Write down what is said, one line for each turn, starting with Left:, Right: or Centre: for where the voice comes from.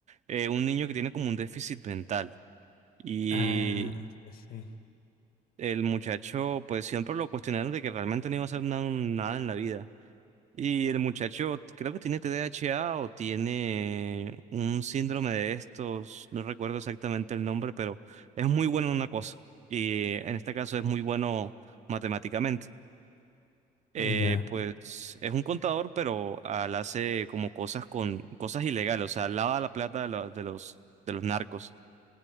Right: eh, un niño que tiene como un déficit mental. Y
Left: Ah, sí, sí.
Right: el muchacho, pues siempre lo cuestionaron de que realmente no iba a hacer na- nada en la vida. Y el muchacho creo que tiene TDAH o tiene un síndrome de estos, no recuerdo exactamente el nombre, pero es muy bueno en una cosa. Y en este caso es muy bueno matemáticamente. Eh,
Left: Ya.
Right: pues es un contador, pero al hace como cosas con cosas ilegales, o sea, lava la plata de, la- de los de los narcos.